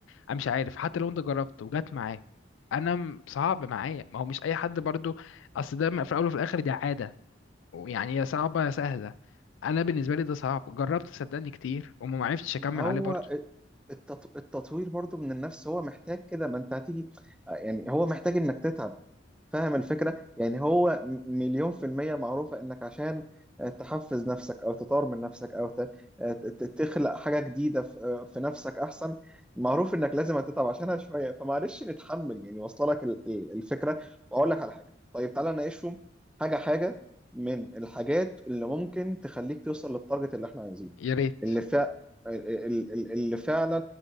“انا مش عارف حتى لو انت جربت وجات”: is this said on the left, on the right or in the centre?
Left